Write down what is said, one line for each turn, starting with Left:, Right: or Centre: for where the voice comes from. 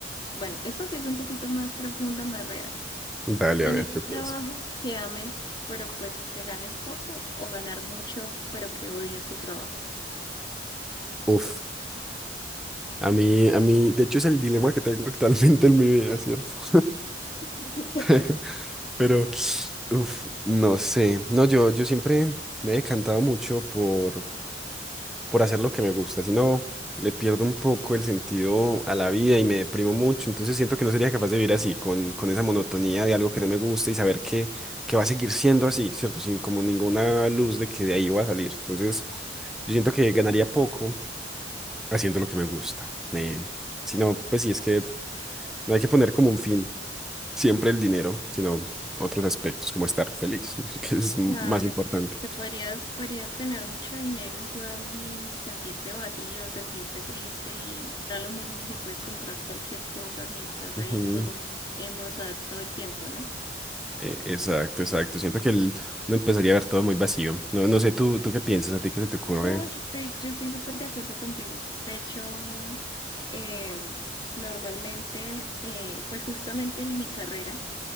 Left: bueno, esto sí es un poquito más profunda, más real.
Centre: Dale,
Left: Tener
Centre: a ver, yo
Left: un trabajo
Centre: pienso.
Left: que ames, pero pues que ganes poco o ganar mucho, pero que odies tu trabajo.
Centre: Uf, a mí, a mí, de hecho es el dilema que tengo actualmente en mi vida, ¿cierto?
Left: <laughs>
Centre: <laughs> Pero, uf, no sé. No, yo, yo siempre me he decantado mucho por, por hacer lo que me gusta, si no, le pierdo un poco el sentido a la vida y me deprimo mucho, entonces siento que no sería capaz de vivir así, con, con esa monotonía de algo que no me gusta y saber que, que va a seguir siendo así, ¿cierto? Sin como ninguna luz de que de ahí va a salir. Entonces, yo siento que ganaría poco haciendo lo que me gusta. Me, si no, pues sí, es que no hay que poner como un fin siempre el dinero, sino otros aspectos, como estar feliz, <laughs> que es más
Left: Claro,
Centre: importante.
Left: claro, porque podrías, podrías tener mucho dinero igual y sentirte vacío, sentirte triste y da lo mismo si puedes comprar cualquier cosa, si estás ahí
Centre: Ujú.
Left: todo emocionado todo el tiempo, ¿no?
Centre: Eh, Exacto, exacto. Siento que el- uno empezaría a ver todo muy vacío. No, no sé, tú, tú qué piensas, a ti qué se te ocurre.
Left: No, yo estoy, yo estoy súper de acuerdo contigo. De hecho, eh, normalmente, eh, pues justamente en mi carrera,